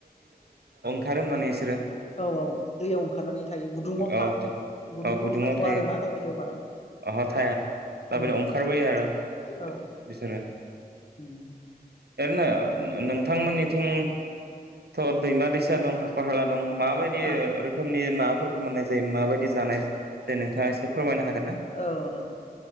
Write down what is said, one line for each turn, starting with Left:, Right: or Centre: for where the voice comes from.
Right: थारो मोनो बिसोरो।
Left: औ औ दैयाव ओंखारनानै थायो। गुदुङाव था
Right: ओ थे
Left: गुदुङाव
Right: औ गुदुंङाव
Left: थाथ'वा
Right: थायो
Left: आरोना दाबायदियाव बारा
Right: अह थाया दाबादियाव
Left: उम उम
Right: ओंखारबोयो आरो
Left: औ
Right: बिसोरो
Left: उम
Right: ओरैनो नोंथांमोननिथिंथ' दैमा दैसा दं हाख, खरहाला दं माबायदि
Left: औ
Right: रोखोमनि ना मोननाय जायो माबायदि जानाय जायो नोंथांङा एसे फोरमायनो हाग
Left: औ नोंथां